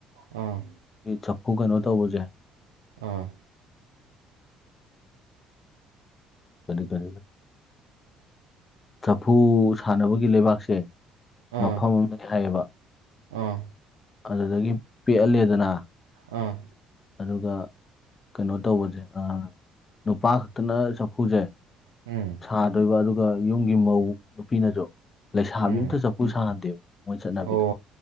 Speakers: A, on the right; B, on the left.
A: ꯑꯥ
B: ꯆꯐꯨ ꯀꯩꯅꯣ ꯇꯧꯕꯁꯦ
A: ꯑꯥ
B: ꯀꯔꯤ ꯀꯔꯤ ꯆꯐꯨ ꯁꯥꯟꯅꯕꯒꯤ ꯂꯩꯕꯥꯛꯁꯦ
A: ꯑꯥ
B: ꯃꯐꯝ ꯑꯃꯅꯤ ꯍꯥꯏꯌꯦꯕ
A: ꯑꯥ
B: ꯑꯗꯨꯗꯒꯤ ꯄꯦꯛꯍꯜꯂꯦꯗꯅ
A: ꯑꯥ
B: ꯑꯗꯨꯒ ꯀꯩꯅꯣ ꯇꯧꯕꯁꯦ ꯅꯨꯄꯥ ꯈꯛꯇꯅ ꯆꯐꯨꯁꯦ
A: ꯎꯝ
B: ꯊꯗꯣꯏꯕ ꯑꯗꯨꯒ ꯌꯨꯝꯒꯤ ꯃꯧ ꯅꯨꯄꯤꯅꯁꯨ ꯂꯩꯁꯥꯕꯤ
A: ꯎꯝ
B: ꯑꯝꯇ ꯆꯐꯨ ꯁꯥꯥꯟꯍꯟꯗꯦꯕ ꯃꯣꯏ ꯆꯠꯅꯕꯤꯗ
A: ꯑꯣ